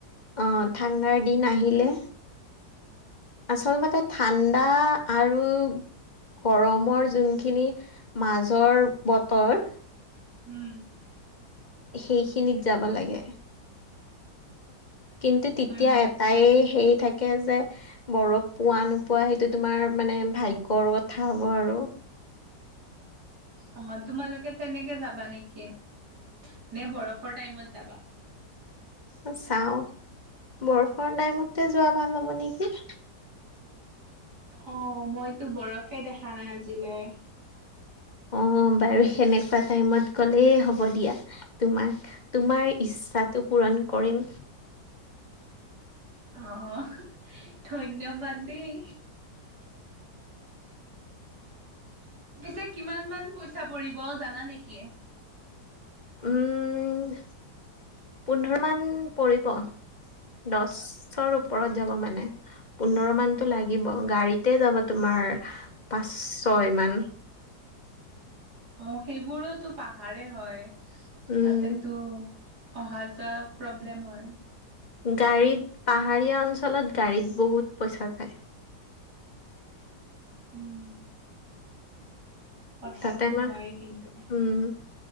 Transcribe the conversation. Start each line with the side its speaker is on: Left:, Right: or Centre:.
Left: অ', ঠাণ্ডাৰ দিন আহিলে আচলতে ঠাণ্ডা আৰু গৰমৰ যোনখিনি মাজৰ বতৰ
Right: উম,
Left: সেইখিনিত যাবা লাগে। কিন্তু তেতিয়া
Right: হয় নেকি?
Left: এটাই হেৰি থাকে থাকে যে বৰফ পোৱা নোপোৱা সেইটো তোমাৰ মানে ভাগ্যৰ কথা হ'ব আৰু
Right: অ', তোমালোকে তেনেকে যাবা নেকি নেকি? নে বৰফৰ টাইমত যাবা?
Left: অ', চাওঁ, বৰফৰ টাইমতে যোৱা ভাল হ'ব নেকি।
Right: অ', মইতো বৰফে দেখা নাই আজিলৈ।
Left: অ', বাৰু সেনেকুৱা টাইমত গ'লেই হ'ব দিয়া। তোমাক তোমাৰ ইচ্ছাটো পূৰণ কৰিম।
Right: অ', ধন্যবাদ দেই। পিছে কিমান মান পইচা পৰিব জানা নেকি?
Left: উম, পোন্ধৰ মান পৰিব। দশৰ ওপৰত যাব মানে পোন্ধৰ মানটো লাগিব, গাড়ীতে যাব তোমাৰ পাঁচ ছয়মান
Right: অ', সেইবোৰোতো পাহাৰে হয়।
Left: উম।
Right: তাতেতো অহা যোৱা প্ৰব্লেম হয়।
Left: গাড়ীত পাহাৰীয়া অঞ্চলত গাড়ীত বহুত পইচা যায়।
Right: উম। কথাটো
Left: তাতে আমাৰ
Right: হয় কিন্তু
Left: উম